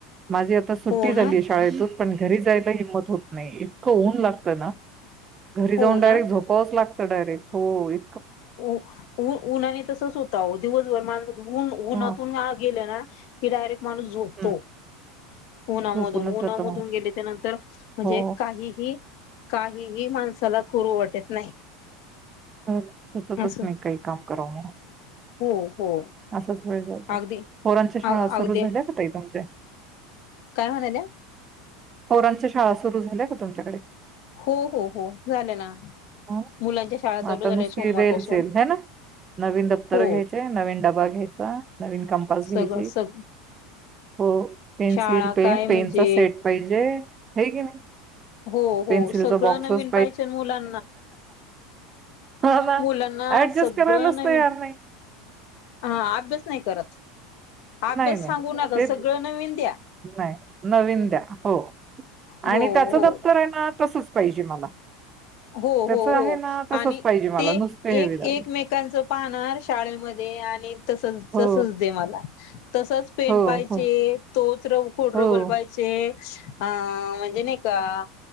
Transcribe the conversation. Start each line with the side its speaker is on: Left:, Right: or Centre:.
Right: माझी आता सुट्टी
Left: हो
Right: झाली
Left: ना
Right: शाळेतूनच पण घरी जायला हिंमत होत नाही. इतकं ऊन लागतं ना घरी
Left: हो
Right: जाऊन
Left: ना
Right: डायरेक्ट झोपावच लागत डारेक्ट होय.
Left: उ उन्हाने तसच होत दिवसभर मानस
Right: हां.
Left: उन्हातून गेले ना पुजारी. माणूस झोपतो.
Right: हं,
Left: उन्हामधून
Right: झोपूनच
Left: उन्हामधून
Right: जातं मग
Left: गेल्याच्या नंतर, म्हणजे
Right: हो
Left: काहीही काहीही माणसाला करू वाटत नाही.
Right: हो सुचतच
Left: असं
Right: नाही, काही काम करव म्हणून.
Left: हो हो
Right: असाच वेळ जातो.
Left: अगदी
Right: पोरांच्या शाळा
Left: अ
Right: सुरू
Left: अगदी
Right: झाल्या का ताई तुमच्या?
Left: काय म्हणाल्या?
Right: पोरांच्या शाळा सुरू झाल्या का तुमच्याकडे?
Left: हो हो हो झाले ना.
Right: ह
Left: मुलांच्या शाळा
Right: म
Left: चालू
Right: आता
Left: झाल्या
Right: नुसती
Left: सोमवारपासून
Right: रेल चेल ह ना नवीन दप्तर
Left: हो
Right: घ्यायचे, नवीन डबा घ्यायचा, नवीन कमपास
Left: सगळं
Right: घ्यायची,
Left: सग
Right: हो पेन्सिल,
Left: शाळा
Right: पेन,
Left: काय
Right: पेनचा
Left: म्हणजे
Right: सेट पाहिजे. होय की नाही.
Left: हो हो
Right: पेन्सिलचा
Left: सगळं
Right: बॉक्सच
Left: नवीन पाहिजे, मुला
Right: हो ना
Left: मुलांना
Right: ऍडजस्ट
Left: सगळ
Right: करायलाच
Left: नवीन.
Right: तयार नाही.
Left: ह अभ्यास नाही करत. अभ्यास
Right: नाही नाही
Left: सांगू नका
Right: ते
Left: सगळं नवीन द्या
Right: नाही. नवीन द्या हो.
Left: हो
Right: आणि त्याच
Left: हो
Right: दप्तर आहे ना तसच पाहिजे मला.
Left: हो
Right: त्याचं
Left: हो हो
Right: आहे ना तसंच
Left: आणि
Right: पाहिजे मला
Left: ते
Right: नुसते
Left: एक
Right: हेवे दावे.
Left: एकमेकांच पाहणार शाळेमध्ये आणि तस
Right: हो,
Left: तसच दे मला, तसच पेन
Right: हो,
Left: पायचे
Right: हो,
Left: तोच कत्र खोडलबर
Right: हो.
Left: पाहिजे. <unintelligible> हा म्हणजे नाही का.